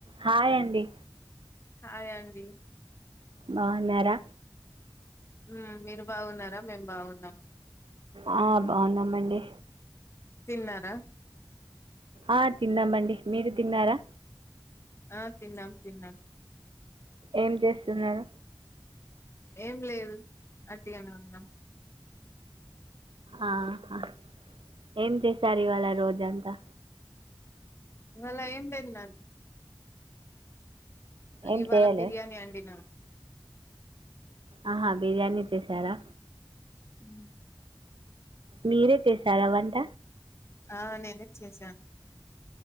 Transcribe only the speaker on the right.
హాయ్ అండి.
బాగున్నార.
ఆహ్ బాగున్నామండి.
ఆహ్ తిన్నమండి మీరు తిన్నారా.
ఏం చేస్తున్నారు.
ఆహ్ ఏం చేశారు ఇవాళ రోజంతా.
ఏం
చేయలే
ఆహా బిర్యానీ చేసారా.
మీరే చేశారా వంట.